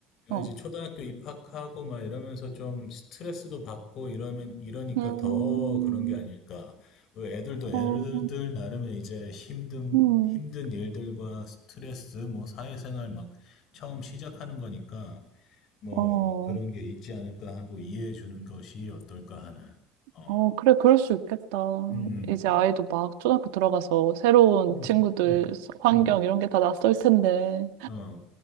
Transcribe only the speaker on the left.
야,
이제 초등학교 입학하고 막 이러면서 좀 스트레스도 받고 이러면, 이러니까
더 그런 게 아닐까. 그 애들도 애들들
나름의 이제 힘든,
힘든 일들과 스트레스, 뭐, 사회생활 막 처음 시작하는 거니까, 뭐,
그런 게 있지 않을까 하고 이해해 주는 것이 어떨까 하는, 어,
음,
음,
음,
음,
음,
음, 어,